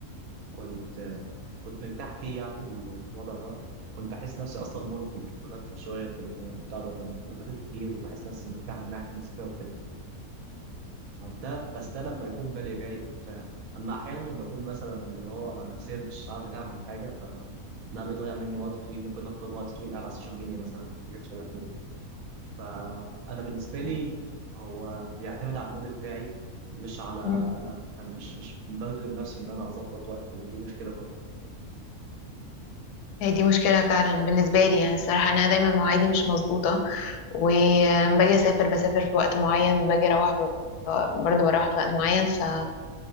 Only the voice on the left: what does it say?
مم.
هي دي مشكلة فعلا بالنسبة لي يعني الصراحة أنا دايما مواعيدي مش مظبوطة ولما باجي أسافر بسافر في وقت معين لما باجي أروح ب- برضه بروح في وقت معين ف